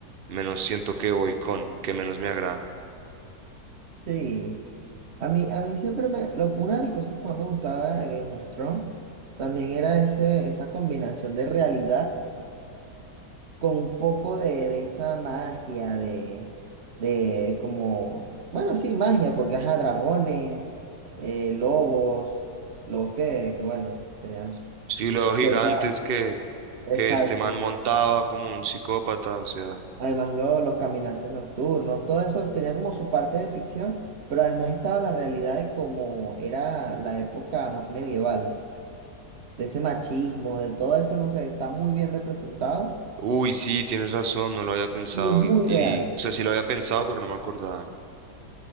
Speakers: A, on the right; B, on the right.
A: menos siento que voy con, que menos me agrada.
B: Sí. A mí, a mí siempre me... lo- una de las cosas que más me gustaba de Game of Thrones también era ese, esa combinación de realidad con un poco de, de esa magia, de, de como... Bueno, sí, magia, porque ajá, dragones, eh, lobos, lobos que, que, bueno, tenían
A: Sí, los
B: cierta...
A: gigantes que, que
B: Exacto.
A: este man montaba como un psicópata, o sea,
B: Además, lo- los caminantes nocturnos, todo eso tenía como su parte de ficción, pero además estaba la realidad de cómo era la época más medieval. de ese machismo, de todo eso, no sé, está muy bien representado
A: uy, sí, tienes razón, no lo había pensado
B: y es muy
A: y, y
B: real.
A: o sea, sí lo había pensado, pero no me acordaba.